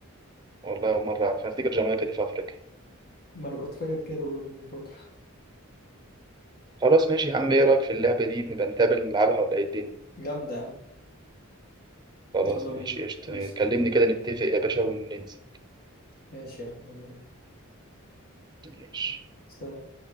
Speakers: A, on the right; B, on the left.
A: والله اول مره اعرف أنا افتكر جامايكا دي في افريقيا
B: ما انا كنت فاكر كده برضه من فتره
A: خلاص ماشي يا عم ايه رايك في اللعبه دي نبقى نتقابل نلعبها ولا ايه الدنيا
B: جامده يا عم
A: خلاص
B: يلا
A: ماشي
B: بينا
A: قشطة
B: قشطه
A: كلمني كده نتفق يا باشا وننزل
B: ماشي يا عم يلا بينا
A: ماشي
B: سلام